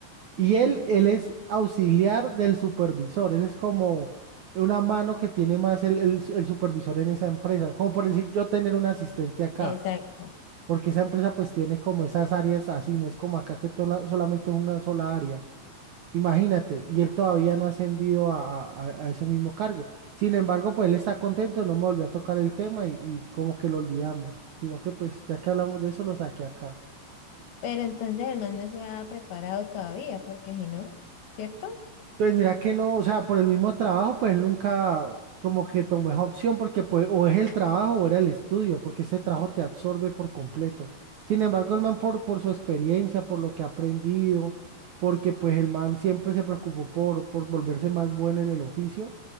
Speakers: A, on the right (about 70°); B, on the left (about 75°).
A: Y él,
B: sí,
A: él es auxiliar del supervisor, él es como una mano que tiene más el, el su- el supervisor en esa empresa, como por
B: sí,
A: decir yo tener un asistente acá,
B: exacto.
A: porque esa empresa pues tiene como esas áreas así, no es como acá que tola- solamente es una sola área. Imagínate, y él todavía no ha ascendido a, a- a- a ese mismo cargo. Sin embargo, pues él está contento, no me volvió a tocar el tema y, y como que lo olvidamos, sino que pues ya que hablamos de eso, lo saqué acá.
B: Pero entonces el man no se ha preparado todavía, porque si no, ¿cierto?
A: Pues mira que no, o sea, por el mismo trabajo, pues él nunca como que tomó esa opción porque pues o es el trabajo o era el estudio, porque ese trabajo te absorbe por completo. Sin embargo, el man por, por su experiencia, por lo que ha aprendido, porque pues el man siempre se preocupó por, por volverse más bueno en el oficio,